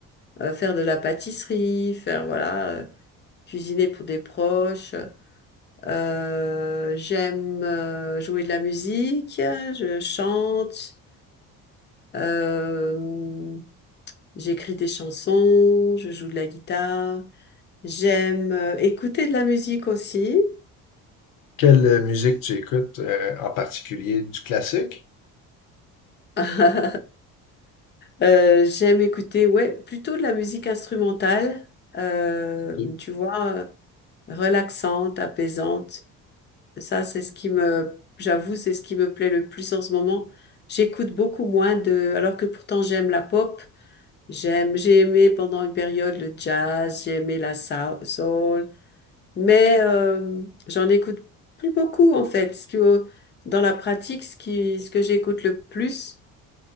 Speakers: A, on the left (about 30°); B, on the left (about 75°).
A: euh, faire de la pâtisserie, faire, voilà, euh, cuisiner pour des proches. euh, Euh, j'aime euh, jouer de la musique, je chante, euh, j'écris des chansons, je joue de la guitare. J'aime euh, écouter de la musique aussi.
B: Quelle euh, musique tu écoutes euh, en particulier? Du classique?
A: <laughs> Euh, j'aime écouter, ouais, plutôt de la musique instrumentale, euh,
B: Ok.
A: tu vois, euh, relaxante, apaisante. Ça, c'est ce qui me, j'avoue, c'est ce qui me plaît le plus en ce moment. J'écoute beaucoup moins de, alors que pourtant j'aime la pop. J'aime, j'ai aimé pendant une période le jazz, j'ai aimé la sou- soul, mais euh, j'en écoute plus beaucoup en fait. Ce qui, au- dans la pratique, ce qui, ce que j'écoute le plus